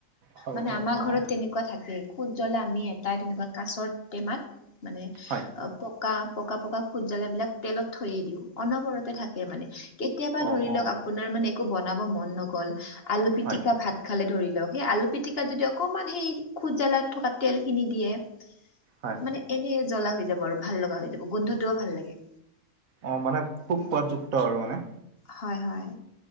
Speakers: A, on the right; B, on the left.
A: হয়
B: মানে,
A: হয়
B: আমাৰ
A: অ
B: ঘৰত তেনেকুৱা থাকে খুদ জ্বলা আমি। তাই তেনেকুৱা কাছৰ টেমাত মানে
A: হয়
B: পকা- পকা পকা খুদ জ্বালা বিলাক তেলত থৈয়ে দিওঁ অনবৰতে থাকে মানে। কেতিয়াবা ধৰি
A: অ অ
B: লওক আপোনাৰ মানে একো বনাব মন নগ'ল আলু পিটিকা
A: হয়
B: ভাত- খালে ধৰি লওক, সেই আলু পিটিকাত যদি অকমান সেই খুদ জ্বালা থকা তেল খিনি দিয়ে।
A: হয়
B: মানে এনেই জ্বলা হৈ যাব আৰু ভাল লগা হৈ যাব গোন্ধটোও ভাল লাগে।
A: অ মানে খুব
B: তেনেকুৱা
A: সোৱাদ যুক্ত আৰু মানে
B: হয় হয়।